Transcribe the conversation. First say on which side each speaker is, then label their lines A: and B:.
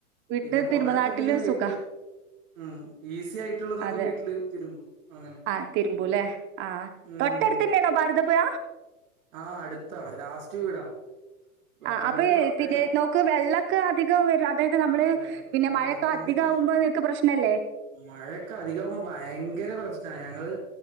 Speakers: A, on the right (about 25°); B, on the right (about 65°).
A: വീട്ടില്
B: പിന്നെ കൊറേഒക്കെ
A: തിരുമ്പനാട്ടില്
B: പിന്നെ വീട്ടില്
A: സുഖാ
B: ഉം ഈസി ആയിട്ടുള്ളതൊക്കെ
A: അതെ
B: വീട്ടില് തിരുമ്പും അങ്ങനെ
A: ആ തിരുമ്പൂല്ലേ ആഹ്
B: ഉം
A: തൊട്ടടുത്ത് തന്നെയാണോ ഭാരത പുഴ
B: ആഹ് അടുത്താണ് ലാസ്റ്റ് വീടാ വ-
A: ആ
B: വീടിന്റെ
A: അപ്പൊ
B: തൊട്ടന്നെ
A: പിന്നെ നമ്മക്ക് വെള്ളൊക്കെ അധികം വര അതായത് നമ്മള്
B: വെള്ളത്തിന്റെക്കെ
A: പിന്നെ മഴയൊക്കെ അധികമാവുമ്പോ നിങ്ങക്ക് പ്രശ്നല്ലേ
B: മഴയൊക്കെ അധികമാകുമ്പോ ഭയങ്കര പ്രശ്നാ ഞങ്ങള്